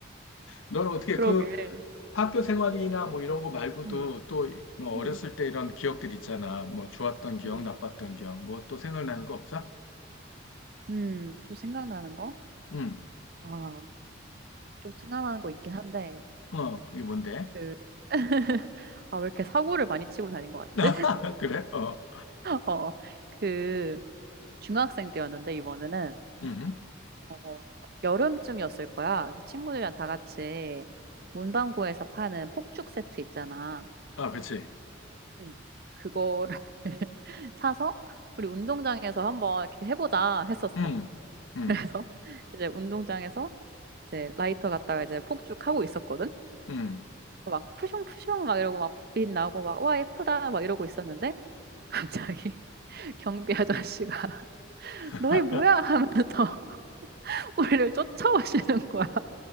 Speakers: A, on the left; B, on the right.
A: 너는 어떻게
B: 그러게.
A: 그 학교 생활이나 뭐 이런 거 말고도
B: 음.
A: 또 뭐 어렸을
B: 음. 음.
A: 때 이런 기억들 있잖아. 뭐 좋았던 기억,
B: 음.
A: 나빴던 기억, 뭐 또 생각나는 거 없어?
B: 음. 또 생각나는 거?
A: 응,
B: 아, 또 생각나는 거 있긴 한데
A: 어, 그게 뭔데?
B: 그 <laughs> 아, 왜 이렇게 사고를 많이 치고 다닌 것 같지?
A: <laughs> 그래? 어,
B: <laughs> 어. 그 중학생 때였는데 이번에는
A: 음
B: 어, 여름쯤이었을 거야. 그래서 친구들이랑 다 같이 문방구에서 파는 폭죽 세트 있잖아.
A: 아, 그치.
B: 응. 그거를 <laughs> 사서 우리 운동장에서 한번 이렇게 해보자 했었어.
A: 응, 응,
B: 그래서 <laughs> 이제 운동장에서 이제 라이터 갖다가 이제 폭죽 하고 있었거든.
A: 응.
B: 막 푸슝푸슝 막 이러고 막 빛 나고 막 와 예쁘다 막 이러고 있었는데 갑자기 <laughs> 경비 아저씨가
A: <laughs>
B: <laughs> 너희 뭐야 하면서 <laughs> 우리를 쫓아오시는 거야.